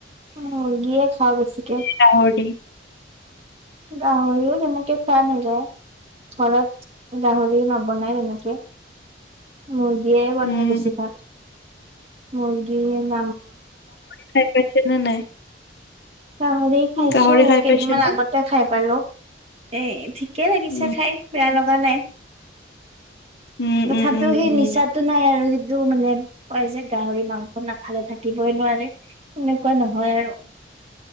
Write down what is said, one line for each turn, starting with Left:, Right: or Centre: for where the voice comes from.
Right: উ মুৰ্গিয়ে খাওঁ বেছিকে।
Left: গাহৰি
Right: গাহৰিও তেনেকে খোৱা নাযায় ঘৰত গাহৰি নবনাই তেনেকে ম। হিয়ে বনাই
Left: উম
Right: বেছি ভাগ। মৰ্গি ন।
Left: খাই প <unintelligible> চেনি নাই।
Right: গাহৰি খাইছো
Left: গাহৰি খাই
Right: কেইদিনমান
Left: পাইছে নে
Right: আগতে খাই পালো। এ। একিকে লাগিছে
Left: উম
Right: খাই বেয়া লগা নাই।
Left: উম
Right: তথাপিও
Left: উম উম
Right: সেই নিচাটো
Left: উম
Right: নাই আৰু। টো মানে কয় যে গাহৰি মাংস নাখালে থাকিবই নোৱাৰে সেনেকুৱা নহয়। হয় আৰু।